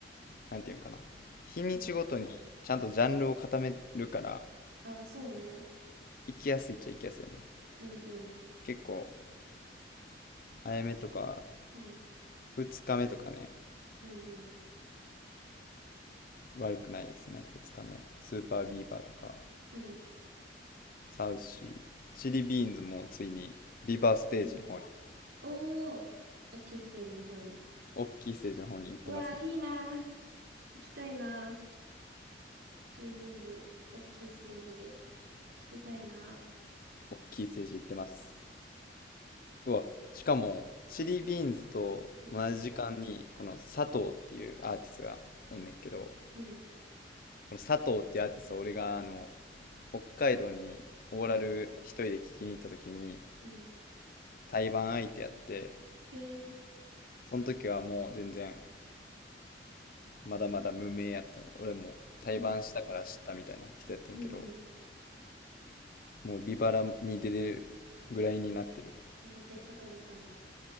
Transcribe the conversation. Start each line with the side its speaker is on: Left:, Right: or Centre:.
Left: なんていうのかな日にちごとにちゃんとジャンルを固めるから
Right: うん。ああ、そうね。
Left: 行きやすいっちゃ行きやすいよね
Right: うん、うん、
Left: 結構、あやめとか、
Right: うん、
Left: 2日目とかね、
Right: うん、うん、
Left: 悪くないですね。2日目。スーパービーバーとか、
Right: うん。
Left: サウシー、チリビーンズもついに、ビーバーステージの方に、
Right: いいね。おー、大きいステージの方に。
Left: 大きいステージの方に行ってますね。
Right: うわあ、いいなー。行きたいなー。チリビーンズ、大きいステージで。聞きたいな。
Left: 大きいステージ行ってます。うわ、しかも、チリビーンズと同じ時間に、
Right: うん、
Left: この佐藤っていうアーティストがおんねんけど、
Right: うん、
Left: この佐藤っていうアーティスト、俺があの、北海道にオーラル一人で聞きに行った時に、
Right: うん、うん。
Left: 対バン相手やって、
Right: へえ、
Left: その時はもう全然まだまだ無名やったんよ俺も対バンしたから知ったみたいな人やってんけど、
Right: うん、うん、うん。
Left: もうビバラに出てるぐらいになってる。
Right: えー、でっかくなったんだ。